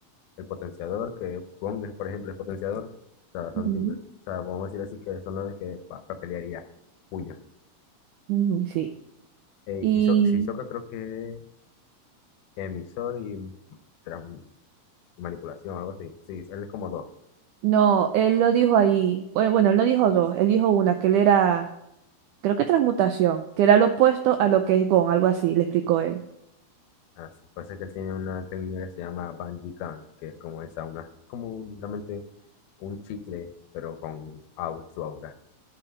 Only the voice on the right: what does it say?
Ujú,
ujú, sí.
Y
no, él lo dijo ahí, bueno, bueno, él no dijo dos, él dijo una, que él era creo que transmutación, que era lo opuesto a lo que es Gon, algo así, le explicó él.